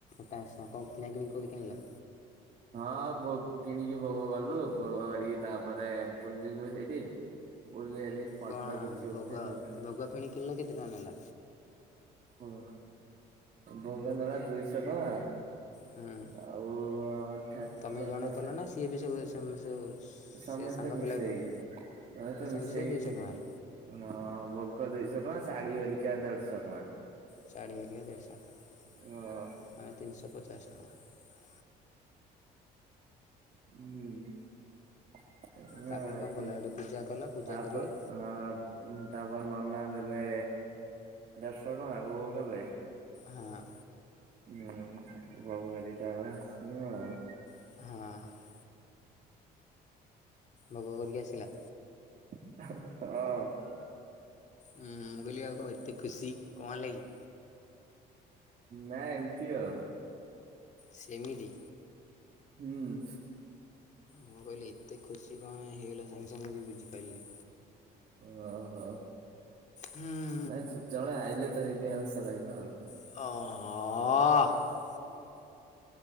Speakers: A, on the left; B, on the right.
A: ତା ସ କଣ କିଣାକିଣିି କୋଉଠି କିଣିଲ?
B: ହଁ ଭୋଗ୍ କିଣିକି ଭୋଗ କଲୁ ଭୋଗ କରିକି ତାପରେ ବୁଲିଲୁ ହେଇଠି ବୁଲି ହେଲି ଫଟୋ
A: କ'ଣ
B: କିଛି
A: ଭୋଗ
B: ଉଠେଇଲୁ
A: ଭୋଗ ଫିଣି କିଣିଲ କେତେ ଟଙ୍କା ନେଲା
B: ଓ ଭୋଗନେଲା ଦୁଇଶହ ଟଙ୍କା।
A: ହୁଁ
B: ଆଉ ହଁ ଠାକୁରଙ୍କ
A: ତମେ ଜଣେ
B: ସା
A: <unintelligible>
B: ସମସ୍ତେ
A: ସାଙ୍ଗ
B: ମିଶେଇକି
A: ପିଲା ବି କଲେ?
B: ସମସ୍ତେ ମିଶେଇ
A: ମିଶି ଦୁଇଶହ
B: ହେଇକି
A: ଟଙ୍କାର
B: ହଁ ଭୋଗ ଦିଇଶହ ଟଙ୍କା ଶାଢ଼ୀ ହେରିକାଦେଢ଼ ଶହ ଟଙ୍କା।
A: ଚାଳି ହେରିକା ଯାଇଛନ୍ତି
B: ହଁ।
A: ଆଉ ତିନଶହ ପଚାଶ ଟଙ୍କା।
B: ହୁଁ। <unintelligible>
A: ତାପରେ କଣ କଲ ସେଠି ପୂଜା କଲ ପୂଜା
B: ତାପ
A: କରିକି
B: ହଁ। ତାପରେ ନନା ଦେଲେ ଦେଢ଼ଶହ ଟଙ୍କା ଭୋଗ କଲେ
A: ହାଁ।
B: ହୁଁ ଭୋଗ କରିକି ତାପରେ ଆସିବେ ଆଉ
A: ହଁ। ଭୋଗ କରିକି ଆସିଲା।
B: ହଁ।
A: ଉମ ମୁଁ କହିଲି ଆଉ କଣ ଏତେ ଖୁସି କଣ ହେଲା କି?
B: ନା ଏମିତି ଆଉ।
A: ସେମିତି।
B: ହୁଁ।
A: ମୁଁ କହିଲି ଏତେ ଖୁସି କଣ ହେଇଗଲା ସାଙ୍ଗେ ସାଙ୍ଗେ ମୁଁ କିଛି ବୁଝିପାରିଲିନି।
B: ଓ ହୋ।
A: ହୁଁ।
B: ନା ଜ ଜଣେ ଆଇଲେ ତ ସେଥି ପାଇଁ ହସ ଲାଗିଲା ଆଉ।
A: ଅ ହ। ଆ।
B: ହଁ।